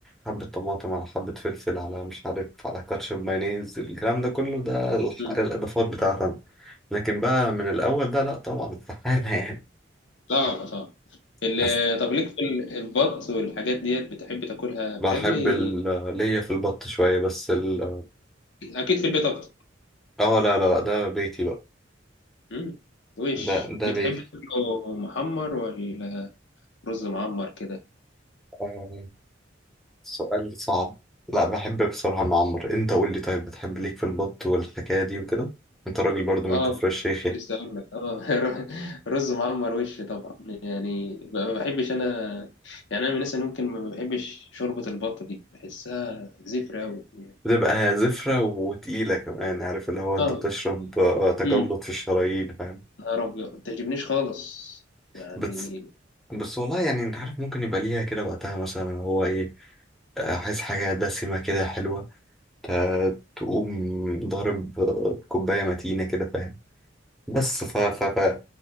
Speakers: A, in the centre; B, on the left (about 70°).
A: حبة طماطم على حبة فلفل على مش عارف على كاتشب مايونيز الكلام ده كله ده الح-
B: مم.
A: الاضافات بتاعتي انا لكن بقى من الاول ده لا طبعا استحالة يعني
B: صعب صعب ال-
A: بس
B: طب ليك في ال- البط والحاجات ديت بتحب تاكلها بتاكلي
A: بحب ال- ليا في البط شوية بس ال
B: اكيد في البيت اكتر
A: اه لا لا لا ده بيتي بقى
B: مم. وش
A: ده ده
B: بتحب
A: بيتي
B: تاكله محمر ولا رز معمر كده
A: آه، سؤال صعب لا بحب بصراحة المعمر انت قول لي طيب بتحب ليك في البط والحكاية دي وكده انت راجل برضو من
B: اه
A: كفر الشيخ يعني
B: لسه اقول لك اه <laughs> رز معمر وش طبعا يعني ما بحبش انا يعني انا من الناس اللي ممكن ما بحبش شوربه البط دي بحسها زفره قوي يعني.
A: بتبقى زفرة وتقيلة كمان عارف اللي هو انت
B: اه
A: بتشرب آه، تجلط
B: امم
A: في الشرايين فاهم
B: نهار ابيض ما بتعجبنيش خالص يعني
A: بس بس والله يعني انت عارف ممكن يبقى ليها كده وقتها مثلا اللي هو ايه آه، عايز حاجة دسمة كده حلوة ت- تقوم ضارب آه، كوباية متينة كده فاهم بس ف ف ف